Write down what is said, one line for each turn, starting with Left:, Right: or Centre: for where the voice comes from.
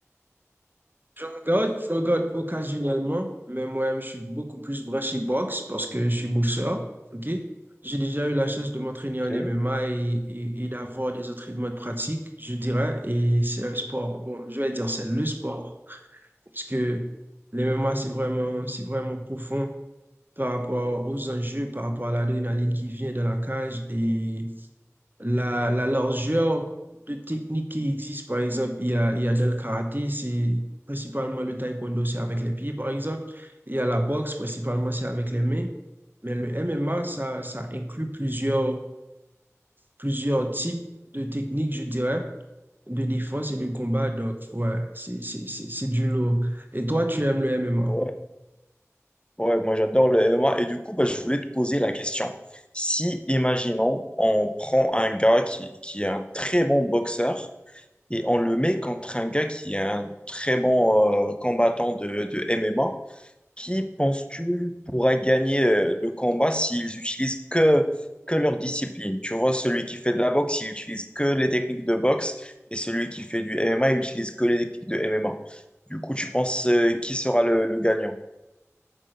Right: Je regarde, je regarde occasionnellement, mais moi-même, je suis beaucoup plus branché boxe parce que je suis boxeur, ok? J'ai déjà eu la chance de m'entraîner
Left: Ok.
Right: en MMA et, et, et d'avoir des entraînements de pratique, je dirais, et c'est un sport, bon, je vais dire c'est le sport Parce que l'MMA, c'est vraiment, c'est vraiment profond par rapport aux enjeux, par rapport à l'adrénaline qui vient dans la cage et la, la largeur de techniques qui existe. Par exemple, il y a, il y a dans le karaté, c'est principalement le taekwondo, c'est avec les pieds, par exemple. Il y a la boxe, principalement, c'est avec les mains. Mais le MMA, ça, ça inclut plusieurs, plusieurs types de techniques, je dirais, de défense et de combat. Donc, ouais, c'est, c'est, c'est, c'est du lourd. Et toi, tu aimes le MMA?
Left: Ouais. Ouais, moi j'adore le MMA. Et du coup, bah, je voulais te poser la question. Si, imaginons, on prend un gars qui, qui est un très bon boxeur et on le met contre un gars qui est un très bon euh, combattant de, de MMA, qui penses-tu pourra gagner euh, le combat s'ils utilisent que, que leur discipline? Tu vois, celui qui fait de la boxe, il utilise que les techniques de boxe et celui qui fait du MMA, il utilise que les techniques de MMA. Du coup, tu penses euh, qui sera le le gagnant?